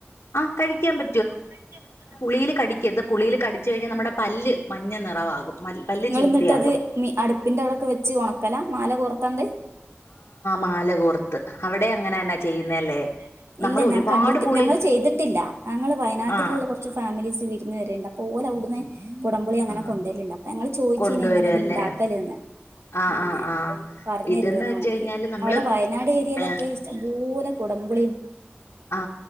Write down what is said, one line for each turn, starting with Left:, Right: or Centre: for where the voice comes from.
Left: ആഹ് കഴിക്കാൻ പ
Right: ആഹ് കഴിക്കാൻ പറ്റുത്
Left: പുളീല് കടിക്കരുത് പുളിയിൽ കടിച്ച് കഴിഞ്ഞാൽ നമ്മുടെ പല്ല് മഞ്ഞ നിറവമാകും പല്ല്
Right: ഇങ്ങള്
Left: ചീത്തയാകും
Right: എന്നിട്ടത് മി അടുപ്പിന്റെ അവടൊക്കെ വെച്ച് ഒണക്കല മാല കോർത്താണ്ട് ആ
Left: മാല കോർത്ത്
Right: മാലകോർത്ത്
Left: അങ്ങനെ
Right: അവിടെ
Left: തന്നെ
Right: അങ്ങനന്നെ
Left: ചെയ്യുന്നല്ലേ
Right: ചെയ്യുന്ന ല്ലേ
Left: നമ്മൾ
Right: ഇല്ല
Left: ഒരുപാട്
Right: ഞാ കണ്ടിട്ട്
Left: പുളി
Right: ഞങ്ങൾ ചെയ്തിട്ടില്ല ഞങ്ങൾ വയനാട്ടിലുള്ള
Left: ആ
Right: കുറച്ച് ഫാമിലീസ് വിരുന്ന് വര്ണ്ട് അപ്പോ ഓലവ്ട്ന്ന് കൊടമ്പുളി അങ്ങന
Left: ആ
Right: കൊണ്ടരല്ണ്ട് അപ്പൊ ഞങ്ങള് ചോദിച്ചിനി
Left: കൊണ്ടുവരുവല്ലേ
Right: എങ്ങനെ ഇത് ഇണ്ടാക്കല് ന്ന്
Left: ആഹ്
Right: അങ്ങനെ
Left: ആഹ് ആഹ്
Right: അപ്പൊ പറഞ്ഞരു
Left: ഇതെന്ന്
Right: ങ്ങനെ
Left: വെച്ച്
Right: ഒണക്കി
Left: കഴിഞ്ഞാല് നമ്മള്
Right: അവടെ വയനാട് ഏരിയയിലൊക്കെ
Left: ഏഹ്
Right: <unintelligible> കൊടമ്പുളീം
Left: ആ